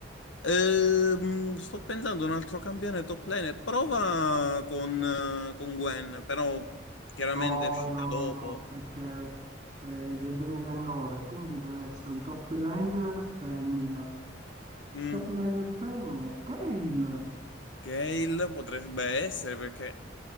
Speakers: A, on the left; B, on the right.
A: Ehm, sto pensando a un altro campione top lane. Prova con, eh, con Gwen, però chiaramente
B: No,
A: è uscita
B: no,
A: dopo.
B: no, perché è del 2009, quindi deve essere un top laner femmina.
A: Mm.
B: Top laner femmine, Kayle!
A: Gale potrebbe essere perché...